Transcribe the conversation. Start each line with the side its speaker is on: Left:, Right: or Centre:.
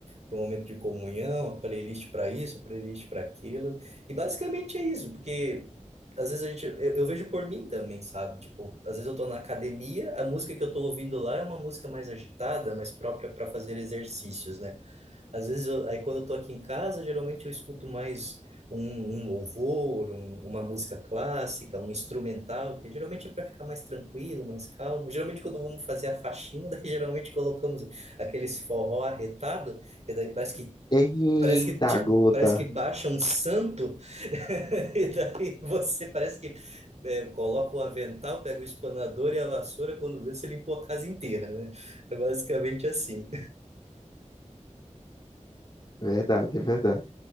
Right: para o momento de comunhão, a playlist para isso, a playlist para aquilo. E basicamente é isso, porque às vezes a gente, eu, eu vejo por mim também, sabe? Tipo, às vezes eu tô na academia, a música que eu tô ouvindo lá é uma música mais agitada, mais própria para fazer exercícios, né? Às vezes, eu- aí quando eu tô aqui em casa, geralmente eu escuto mais um, um louvor, um- uma música clássica, um instrumental, que geralmente é para ficar mais tranquilo, mais calmo. Geralmente, quando vamos fazer a faxina, <laughs> daí geralmente colocamos aqueles forró arretado, que daí parece que
Left: Eita
Right: parece que tipo,
Left: gota!
Right: parece que baixa um santo, <laughs> e daí você parece que é, coloca o avental, pega o espanador e a vassoura, quando vê, você limpou a casa inteira, né? É basicamente assim.
Left: Verdade, é verdade.